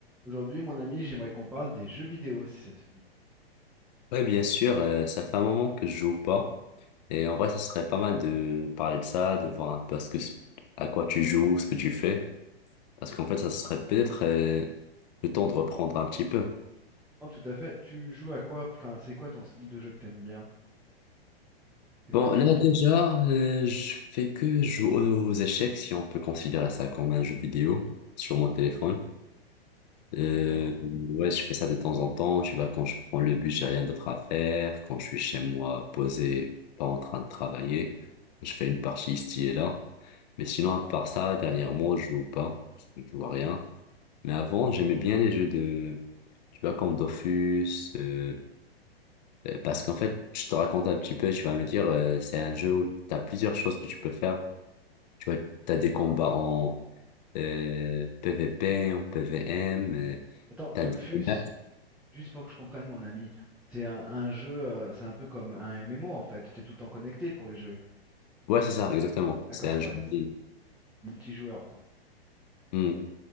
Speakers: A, in the centre; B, on the left.
A: Aujourd'hui, mon ami, j'aimerais qu'on parle des jeux vidéo, si ça te dit.
B: Ouais, bien sûr, euh, ça fait un moment que je joue pas. Et en vrai, ça serait pas mal de parler de ça, de voir un peu à ce que, à quoi tu joues, ce que tu fais. Parce qu'en fait, ça serait peut-être euh, le temps de reprendre un petit peu.
A: Oh, tout à fait. Tu joues à quoi? Enfin, c'est quoi ton style de jeu que t'aimes bien? C'est
B: Bon,
A: quoi tes
B: là,
A: goûts?
B: déjà, euh, je fais que jouer aux échecs, si on peut considérer ça comme un jeu vidéo, sur mon téléphone. Euh,
A: D'accord.
B: ouais, je fais ça de temps en temps. Tu vois, quand je prends le bus, j'ai rien d'autre à faire. Quand je suis chez moi, posé, pas en train de travailler, je fais une partie ici et là. Mais sinon, à part ça, dernièrement, je joue pas. Je joue à rien. Mais avant, j'aimais bien les jeux de, tu vois, comme Dofus, euh, euh, parce qu'en fait, je te raconte un petit peu, tu vas me dire, euh, c'est un jeu où t'as plusieurs choses que tu peux faire. Tu vois, t'as des combats en euh, PVP, en PVM, euh,
A: Attends, Dofus,
B: t'as des combats
A: juste pour que je comprenne, mon ami, c'est un, un jeu, euh, c'est un peu comme un MMO en fait. T'es tout le temps connecté pour y jouer.
B: Ouais, c'est ça, exactement.
A: D'accord,
B: C'est un
A: ouais,
B: jeu en
A: c'est
B: ligne.
A: multijoueur quoi.
B: Hmm.